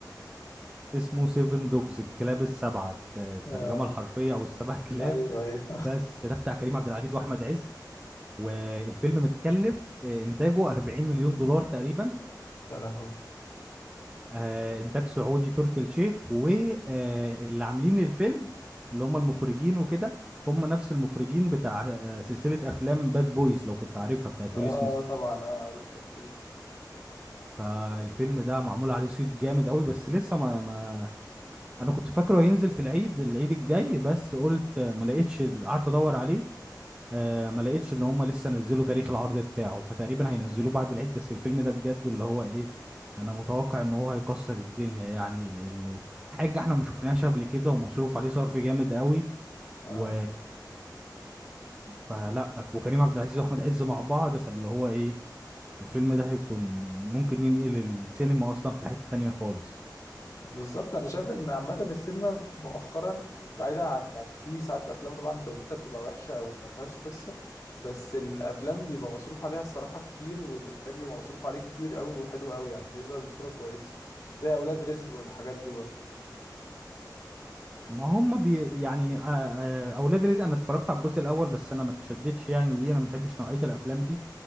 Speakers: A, on the right (about 15°); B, on the left (about 50°).
A: اسمه سيفن دوجز الكلاب السبعه آه، الترجمه
B: آه
A: الحرفيه او السبع <laughs> كلاب
B: ايوه ايوه
A: بس ده بتاع كريم عبد العزيز واحمد عز والفيلم متكلف آه، انتاجه 40 مليون دولار تقريبا
B: <laughs> يا لهوي
A: آه، انتاج سعودي تركي الشيخ واللي عاملين الفيلم اللي هم المخرجين وكده هم نفس المخرجين بتاع آه، سلسلة افلام باد بويز لو كنت عارفها بتاعت
B: اه
A: ويل سميث
B: طبعا اه عارف الفوز
A: فالفيلم ده معمول عليه صيت جامد قوي بس لسه ما, ما انا كنت فاكره هينزل في العيد العيد الجاي بس قلت آه، ما لقيتش قعدت ادور عليه آه ما لقيتش ان هم لسه نزلوا تاريخ العرض بتاعه فتقريبا هينزلوه بعد العيد بس الفيلم ده بجد اللي هو ايه انا متوقع ان هو هيكسر الدنيا يعني لانه حاجة احنا ما شفناهاش قبل كده ومصروف عليه صرف جامد قوي
B: اه
A: و فلا وكريم عبد العزيز واحمد عز مع بعض فاللي هو ايه الفيلم ده هيكون ممكن ينقل السينما اصلا في حتة تانية خالص
B: بالظبط انا شايف ان عامه السينما مؤخرا بعيدا عن يعني في ساعات افلام طبعا جودتها بتبقى وحشه او ما فيهاش قصه بس الافلام بيبقى مصروف عليها الصراحه كتير والانتاج بيبقى مصروف عليه كتير قوي وحلو قوي يعني بيظهر بصوره كويسه زي اولاد رزق والحاجات دي برضه
A: ما هم بي يعني آه، آه، اولاد رزق انا اتفرجت على الجزء الاول بس انا ما اتشدتش يعني ليه انا ما بحبش نوعيه الافلام دي